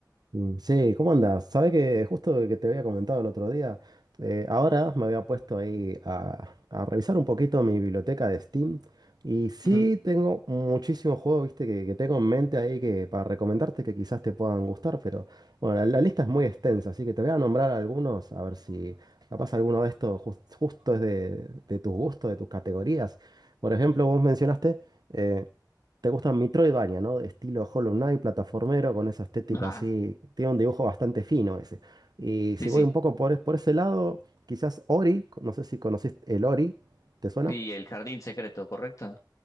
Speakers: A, on the right (about 65°); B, on the left (about 45°).
A: Mm, Sí, ¿cómo andas? Sabes que justo que te había comentado el otro día, eh, ahora me había puesto ahí a, a revisar un poquito mi biblioteca de Steam y sí
B: Ujú.
A: tengo muchísimos juegos, viste, que, que tengo en mente ahí que para recomendarte que quizás te puedan gustar, pero bueno, la, la lista es muy extensa, así que te voy a nombrar algunos, a ver si capaz alguno de estos jus- justo es de, de tus gustos, de tus categorías. Por ejemplo, vos mencionaste... eh, Te gustan Metroidvania, ¿no? De estilo Hollow Knight, plataformero, con esa estética
B: Ajá,
A: así. Tiene un dibujo bastante fino ese. Y
B: sí,
A: si
B: sí.
A: voy un poco por, e, por ese lado, quizás Ori, no sé si conociste el Ori, ¿te suena?
B: Y el jardín secreto, ¿correcto?